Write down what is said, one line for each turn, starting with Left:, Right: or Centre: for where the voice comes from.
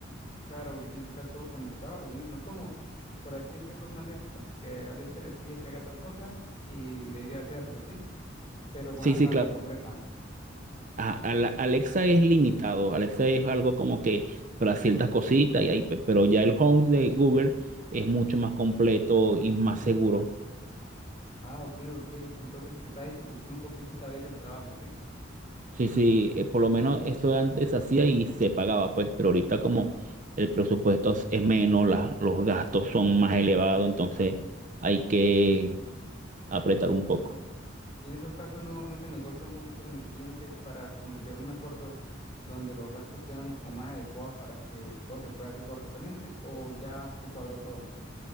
Left: Claro, porque tiene que estar todo conectado a lo mismo. Es como, por así decirlo, una Alexa, que Alexa le pide que haga tal cosa y debería hacerlo, ¿sí? Pero con
Right: Sí,
Left: la
Right: sí,
Left: casa
Right: claro.
Left: completa.
Right: Ajá, a la- Alexa es limitado. Alexa es algo como que para ciertas cositas y ahí pues, pero ya el home de Google es mucho más completo y más seguro.
Left: Ah, ok, ok. Entonces te está dificultando un poquito esta vez el trabajo, ¿sí?
Right: Sí, sí, eh, por lo menos eso antes se hacía y se pagaba, pues, pero ahorita como el presupuesto es es menos, la- los gastos son más elevados, entonces hay que apretar un poco.
Left: Y en esos casos no, no se negocia un poquito con el cliente para como llegar a un acuerdo donde los gastos sean como más adecuados para que todo se pueda hacer correctamente o ya se cuadró todo.